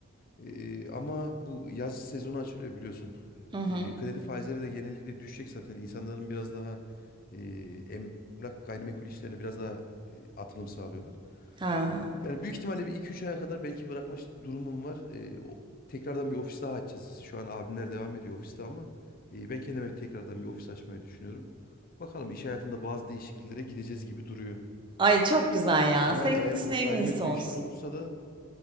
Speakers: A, on the left; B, on the right.
A: Ee, ama bu yaz sezonu açılıyor biliyorsun.
B: Hı hı.
A: Ee, kredi faizleri de genellikle düşecek zaten. İnsanların biraz daha e, emlak gayrimenkul işlerine biraz daha e, atılım sağlıyorlar.
B: Ha.
A: Yani büyük ihtimalle bir iki üç aya kadar belki bırakma ş- durumum var. Ee, o- tekrardan bir ofis daha açacağız. Şu an abimler devam ediyor ofiste ama e, ben kendime bir- tekrardan bir ofis açmayı düşünüyorum. Bakalım iş hayatında bazı değişikliklere gideceğiz gibi duruyor.
B: Ay, çok güzel ya.
A: Ama
B: Senin
A: eğer
B: için
A: bu
B: en
A: gayrimenkul
B: iyisi olsun.
A: işin olursa da